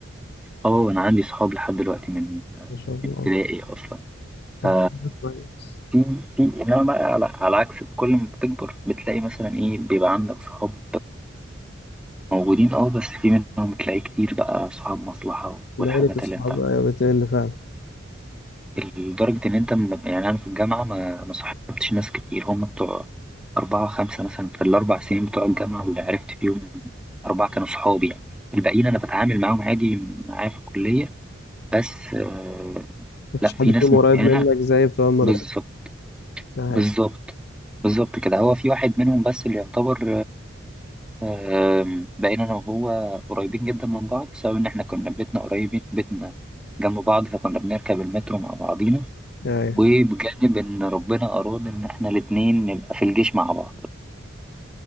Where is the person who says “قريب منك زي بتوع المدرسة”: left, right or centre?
Left